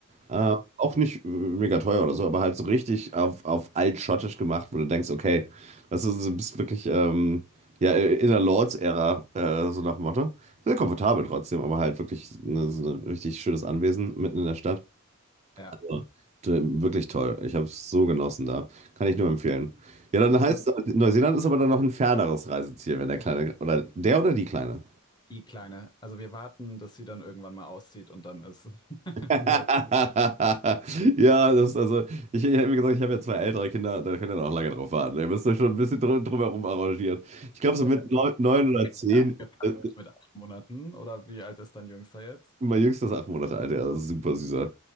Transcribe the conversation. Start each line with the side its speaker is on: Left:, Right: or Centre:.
Right: Äh,
Left: ja,
Right: auch nicht äh, mega teuer oder so, aber halt so richtig auf, auf altschottisch gemacht, wo du denkst, okay, das ist, du bist wirklich ähm, ja, in der Lords-Ära, äh, so nach dem Motto. Sehr komfortabel trotzdem, aber halt wirklich ne, so ein richtig schönes Anwesen mitten in der Stadt.
Left: ja.
Right: Ja. D- Wirklich toll. Ich habe es so genossen da. Kann ich nur empfehlen. Ja, dann
Left: Also
Right: heißt
Left: das.
Right: es, halt, Neuseeland ist aber dann noch ein ferneres Reiseziel, wenn der Kleine, oder der oder die Kleine.
Left: Die Kleine. Also wir warten, dass sie dann irgendwann mal auszieht und dann ist <laughs>
Right: <laughs>
Left: neu.
Right: Ja, das, also, ich, ich habe mir gesagt, ich habe ja zwei ältere Kinder, da könnt ihr noch lange drauf warten. Ihr müsst euch schon ein bisschen drum, drumherum arrangieren. Ich glaube, so
Left: Ja,
Right: mit
Left: dann ist
Right: neun, neun
Left: auch
Right: oder
Left: direkt
Right: zehn.
Left: angefangen,
Right: äh,
Left: ist mit acht Monaten oder wie alt ist dein Jüngster jetzt?
Right: Mein Jüngster ist acht Monate alt, ja, also super süßer.